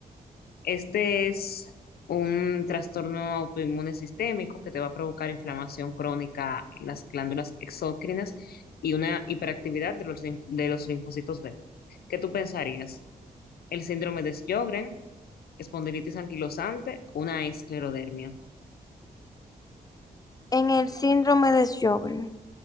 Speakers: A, on the left; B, on the left.
A: Este es un trastorno autoinmune sistémico que te va a provocar inflamación crónica en las glándulas exócrinas y una hiperactividad de los, lim- de los linfocitos B. ¿Qué tú pensarías? ¿El síndrome de Sjögren, espondilitis anquilosante, una esclerodermia?
B: en el síndrome de Sjögren.